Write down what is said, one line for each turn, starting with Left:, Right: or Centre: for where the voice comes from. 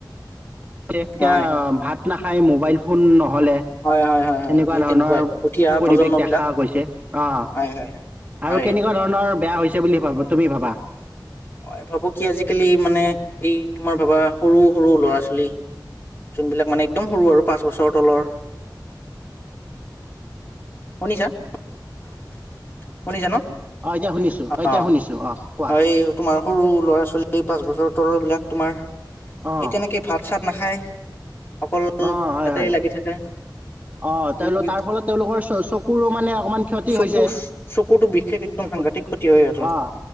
Right: এতিয়া
Left: হয়
Right: ভাত নাখাই মোবাইল ফোনত হ'লে
Left: হয় হয় হয় হয়
Right: এনেকোৱা
Left: এই
Right: ধৰণৰ
Left: তেনেকুৱাই উঠি অহা
Right: পৰিৱেশ
Left: প্ৰজন্ম
Right: দেখা
Left: বিলাক
Right: গৈছে অঁ
Left: হয় হয় হয় হয়
Right: আৰু কেনেকোৱা ধৰণৰ বেয়া হৈছে বুলি ভাবা তুমি ভাবা।
Left: মই ভাবো কি আজিকালি মানে এই তোমাৰ ভাবা সৰু সৰু ল'ৰা- সোৱালী যোনবিলাক মানে একদম সৰু আৰু পাঁচ বছৰ তলৰ শুনিসা-শুনিসা
Right: অ এতিয়া শুনিছো এতিয়া
Left: অ
Right: শুনিছো অ কোৱা
Left: এই তোমাৰ সৰু ল'ৰা ছোৱালী পাঁচ বছৰৰ তলৰ বিলাক তোমাৰ
Right: অ
Left: এই তেনেকে ভাত-চাত। নাখায়। অকল
Right: অ হয়
Left: তাতে
Right: হয়
Left: লাগি থাকে
Right: অ তেওঁলোক
Left: ইউটিউব
Right: তাৰ ফলত তেওঁলোকৰ অ' চকুৰ মানে অকমান ক্ষতি
Left: চকু
Right: হৈছে,
Left: চকুতো বিশেষ একদম
Right: হেইটো
Left: সাংঘাতিক ক্ষতি হয় সিহঁতৰ
Right: অঁ